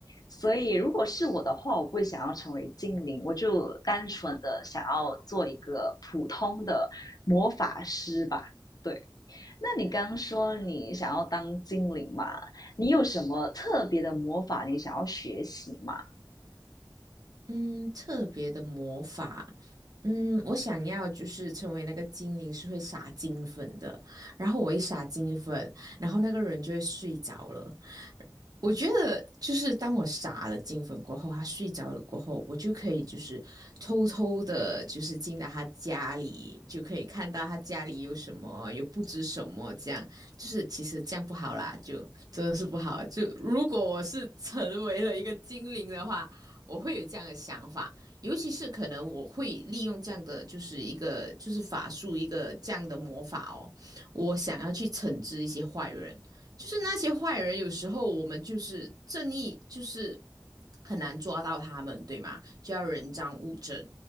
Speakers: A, on the left (about 55°); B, on the right (about 55°).
A: 所以，如果是我的话，我不会想要成为精灵，我就单纯的想要做一个普通的魔法师吧。对，那你刚说你想要当精灵嘛？你有什么特别的魔法你想要学习吗？
B: 嗯，特别的魔法。嗯，我想要就是成为那个精灵，是会撒金粉的。然后我一撒金粉，然后那个人就会睡着了。我觉得就是当我撒了金粉过后，他睡着了过后，我就可以就是偷偷的，就是进到他家里，就可以看到他家里有什么，有布置什么，这样就是其实这样不好啦，就真的是不好。就如果我是成为了一个精灵的话。我会有这样的想法，尤其是可能我会利用这样的就是一个就是法术一个这样的魔法哦，我想要去惩治一些坏人，就是那些坏人有时候我们就是正义就是很难抓到他们，对吗？就要人赃物证，